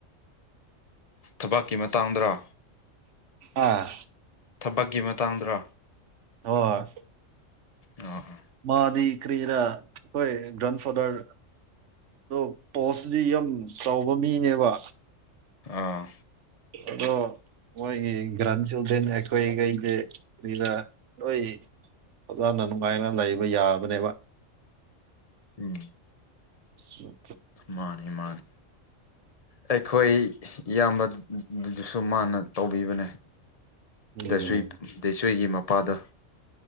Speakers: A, on the left (about 35°); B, on the right (about 70°).
A: ꯊꯕꯛꯀꯤ ꯃꯇꯥꯡꯗꯔ
B: ꯑꯥ
A: ꯊꯕꯛꯀꯤ ꯃꯇꯥꯡꯗꯔ
B: ꯑ
A: ꯑ ꯍꯣ
B: ꯃꯥꯗꯤ ꯀ꯭ꯔꯤꯔꯥ ꯍꯣꯏ ꯔꯥꯟ ꯐꯥꯗꯔ ꯑꯣ ꯄꯣꯁꯗꯤ ꯌꯥꯝ ꯆꯥꯎꯕ ꯃꯤꯅꯦꯕ
A: ꯑꯥ
B: ꯑꯣ ꯃꯣꯏꯒꯤ ꯒ꯭ꯔꯥꯟ ꯆꯤꯜꯗ꯭ꯔꯦꯟ ꯑꯩꯈꯣꯏꯈꯩꯒꯤ ꯀꯗ ꯑꯩꯣꯏ ꯐꯖꯅ ꯅꯨꯡꯉꯥꯏꯅ ꯂꯩꯕ ꯌꯥꯕꯅꯦꯕ
A: ꯎꯝ
B: ꯎ
A: ꯃꯥꯅꯤ ꯃꯥꯅꯤ ꯑꯩꯈꯣꯏ ꯏꯌꯥꯝꯕ ꯑꯗꯨꯁꯨ ꯃꯥꯅ ꯇꯧꯕꯤꯕꯅꯦ
B: ꯎꯝ
A: ꯗꯁꯣꯏ ꯗꯁꯣꯏꯒꯤ ꯃ ꯃꯄꯥꯗꯣ